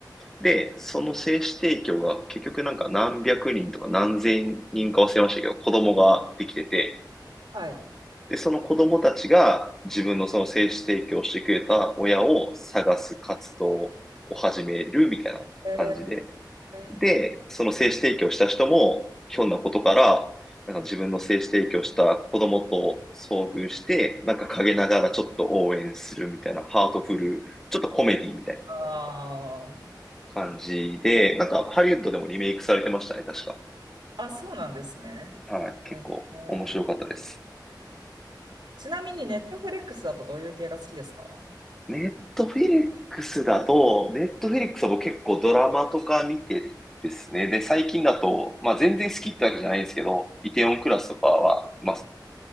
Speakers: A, in the centre; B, on the right.
A: で、その精子提供が結局なんか何百人とか何千人か忘れましたけど、子供ができてて、
B: はい。
A: で、その子供たちが自分のその精子提供してくれた親を探す活動を始めるみたいな感じで、
B: え
A: で、
B: ー、
A: その精子提供した人も、ひょんなことから、なんか自分の精子提供した子供と遭遇して、なんか陰ながらちょっと応援するみたいな、ハートフル、ちょっとコメディみたいな
B: あー
A: 感じで、なんかハリウッドでもリメイクされてましたね、確か。
B: あ、そうなんですね。
A: はい、結構面白かったです。
B: えーちなみに、ネットフリックスだとどういう系が好きですか
A: ネットフィリックスだと、ネットフィリックスは僕結構ドラマとか見てですね。で、最近だと、まあ全然好きってわけじゃないんですけど、イテオンクラスとかは、まあ